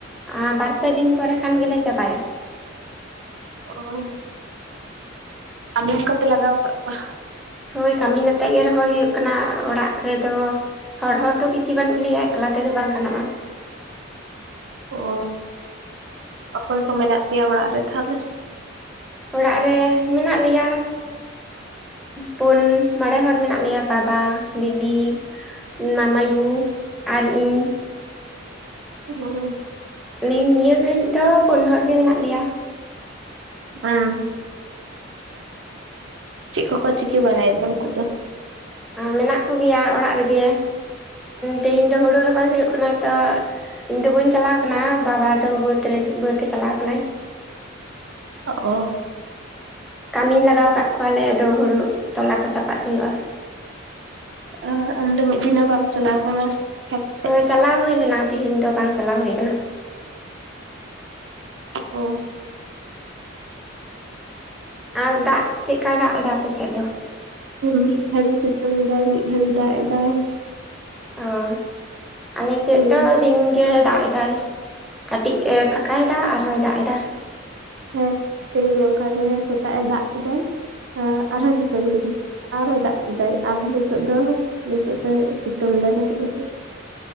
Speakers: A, in the centre; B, on the right.
A: ᱟᱨ ᱵᱟᱨᱯᱮ ᱫᱤᱱ ᱯᱚᱨᱮ ᱠᱷᱟᱱ ᱜᱮᱞᱮ ᱪᱟᱵᱟᱭᱟ ᱾
B: <unintelligible> ᱠᱟᱹᱢᱤᱱ ᱠᱚᱯᱮ ᱞᱟᱜᱟᱣ ᱟᱠᱟᱜ ᱠᱚᱣᱟ?
A: ᱦᱳᱭ ᱠᱟᱹᱢᱤᱱ ᱟᱛᱮᱜ ᱜᱮ ᱨᱚᱦᱚᱭ ᱦᱩᱭᱩᱜ ᱠᱟᱱᱟ ᱚᱲᱟᱜ ᱨᱮᱫᱚ ᱦᱚᱲ ᱦᱚᱸ ᱛᱚ ᱵᱤᱥᱤ ᱵᱟᱹᱱᱩᱜ ᱞᱮᱭᱟ ᱮᱠᱞᱟ ᱛᱮᱫᱚ ᱵᱟᱝ ᱜᱟᱱᱚᱜᱼᱟ ᱾
B: ᱚ ᱚᱠᱚᱭ ᱠᱚ ᱢᱮᱱᱟᱜ ᱯᱮᱭᱟ ᱚᱲᱟᱜ ᱨᱮ ᱛᱟᱦᱚᱞᱮ?
A: ᱚᱲᱟᱜ ᱨᱮ ᱢᱮᱱᱟᱜ ᱞᱮᱭᱟ ᱯᱩᱱ, ᱢᱚᱬᱮ ᱦᱚᱲ ᱢᱮᱱᱟᱜ ᱞᱮᱭᱟ ᱵᱟᱵᱟ ᱫᱤᱫᱤ ᱢᱟᱢᱟᱭᱩ ᱟᱨ ᱤᱧ ᱾
B: ᱦᱳᱭ
A: ᱱᱤᱱ ᱱᱤᱭᱟᱹ ᱜᱷᱟᱹᱲᱤᱡ ᱫᱚ ᱯᱩᱱ ᱦᱚᱲ ᱜᱮ ᱢᱮᱱᱟᱜ ᱞᱮᱭᱟ ᱾
B: ᱩᱢᱸ ᱪᱮᱜ ᱠᱚ ᱠᱚ ᱪᱤᱠᱟᱹ ᱵᱟᱲᱟᱭᱮᱫᱟ ᱩᱱᱠᱩ ᱫᱚ?
A: ᱢᱮᱱᱟᱜ ᱠᱚᱜᱮᱭᱟ ᱚᱲᱟᱜ ᱨᱮᱜᱮ ᱛᱮᱦᱮᱧ ᱫᱚ ᱦᱳᱲᱳ ᱨᱚᱦᱚᱭ ᱦᱳᱭᱳᱜ ᱠᱟᱱᱟ ᱛᱚ ᱤᱧ ᱫᱚ ᱵᱟᱹᱧ ᱪᱟᱞᱟᱣ ᱠᱟᱱᱟ ᱵᱟᱵᱟ ᱫᱚ ᱵᱟᱹᱫᱽ ᱨᱮ ᱵᱟᱹᱫᱽ ᱮ ᱪᱟᱞᱟᱣ ᱠᱟᱱᱟᱭ ᱾
B: ᱚ
A: ᱠᱟᱹᱢᱤᱱ ᱞᱟᱜᱟᱣ ᱟᱠᱟᱫ ᱠᱚᱣᱟᱞᱮ ᱟᱫᱚ ᱦᱳᱲᱳ ᱛᱚᱞᱟ ᱠᱚ ᱪᱟᱯᱟᱫ ᱦᱳᱭᱳᱜᱼᱟ ᱾
B: ᱚ ᱟᱢ ᱫᱚ ᱢᱤᱫ ᱫᱤᱱ ᱦᱚ ᱵᱟᱢ ᱪᱟᱞᱟᱣ ᱠᱟᱱᱟ? ᱠᱷᱮᱛ ᱥᱮᱫ?
A: ᱦᱳᱭ ᱪᱟᱞᱟᱣ ᱦᱳᱭ ᱞᱮᱱᱟ ᱛᱮᱦᱮᱧ ᱫᱚ ᱵᱟᱝ ᱪᱟᱞᱟᱣ ᱦᱳᱭ ᱠᱟᱱᱟ ᱾
B: ᱚ
A: ᱟᱨ ᱫᱟᱜ ᱪᱮᱜᱠᱟᱭ ᱫᱟᱜ ᱮᱫᱟ ᱟᱯᱮ ᱥᱮᱫ ᱫᱚ?
B: ᱢᱤᱫ ᱜᱷᱟᱹᱲᱤᱭ ᱥᱤᱛᱩᱝ ᱮᱟᱭ ᱢᱤᱫ ᱜᱷᱟᱹᱲᱤᱭ ᱫᱟᱜ ᱮᱸᱫᱟᱭ ᱾
A: ᱚ ᱟᱸᱞᱮ ᱥᱮᱫ
B: ᱦᱩᱸ
A: ᱫᱚ ᱫᱤᱱ ᱜᱮ ᱫᱟᱜ ᱮᱟᱭ ᱠᱟᱹᱴᱤᱡ ᱮ ᱯᱷᱟᱸᱠᱟ ᱮᱫᱟ ᱟᱨᱦᱚᱭ ᱫᱟᱜ ᱮᱫᱟ ᱾
B: ᱦᱮᱸ ᱛᱮᱦᱮᱧ ᱚᱝᱠᱟᱜᱮ ᱥᱮᱛᱟᱜ ᱮ ᱫᱟᱜ ᱠᱮᱫᱟᱭ ᱟᱨᱦᱚᱸ ᱥᱤᱛᱩᱝ ᱠᱮᱹᱫᱟᱭ᱾ ᱟᱨᱦᱚᱭ ᱫᱟᱜ ᱠᱮᱫᱟᱭ ᱟᱨᱦᱚᱸ ᱱᱤᱛᱚᱜ ᱫᱚ ᱱᱤᱛᱚᱜ ᱫᱚ ᱥᱤᱛᱩᱝ ᱮᱫᱟᱭ ᱠᱟᱴᱤᱡ ᱠᱟᱴᱤᱡ᱾